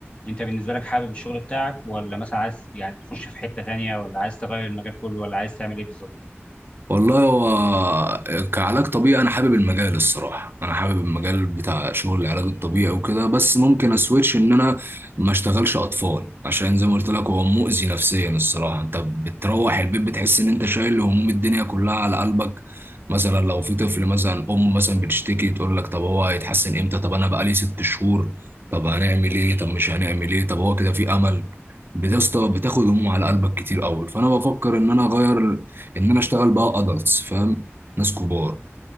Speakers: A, on the left; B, on the right.
A: انت بالنسبه لك حابب الشغل بتاعك ولا مثلا عايز يعني تخش في حته تانية ولا عايز تغير المجال كله ولا عايز تعمل ايه بالظبط
B: والله هو كعلاج طبيعي انا حابب المجال الصراحه انا حابب المجال بتاع شغل العلاج الطبيعي وكده بس ممكن اسويتش ان انا ما اشتغلش اطفال عشان زي ما قلت لك هو مؤذي نفسيا الصراحه انت بتروح البيت بتحس ان انت شايل هموم الدنيا كلها على قلبك مثلا لو في طفل مثلا ام مثلا بتشتكي تقول لك طب هو هيتحسن امتى طب انا بقالي ست شهور طب هنعمل ايه طب مش هنعمل ايه طب هو كده في امل يا اسطى بتاخد هموم على قلبك كتير قوي فانا بفكر ان انا اغير ال- ان انا اشتغل بقى ادلتس فاهم ناس كبار